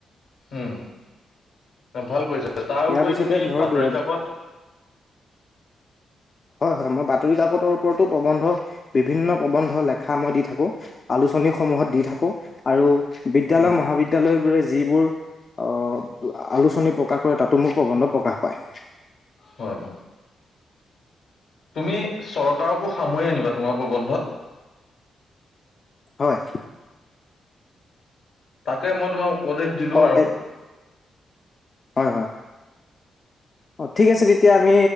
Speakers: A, on the left; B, on the left.
A: উম ভাল কৰিছা! তাৰ
B: ইয়াৰ
A: উপৰি
B: পিছতে
A: তুমি
B: ধৰক
A: বাতৰি কাকত
B: হয়, হয়, মই বাতৰি কাকতৰ ওপৰতো প্ৰবন্ধ বিভিন্ন প্ৰবন্ধ লেখা মই দি থাকো আলোচনীসমূহত দি থাকো আৰু বিদ্যালয়
A: উম,
B: মহাবিদ্যয়ালয়বোৰে যিবোৰ অঁ আলোচনী প্ৰকাশ কৰে তাতো মোক প্ৰবন্ধ প্ৰকাশ পায়।
A: হয়। তুমি চৰকাৰকো সামৰি আনিবা তোমাৰ প্ৰবন্ধত!
B: হয়।
A: তাকে মই তোমাৰ উপদেশ দিলোঁ
B: অ
A: আৰু।
B: এ হয়, হয়, অ ঠিক আছে তেতিয়া আমি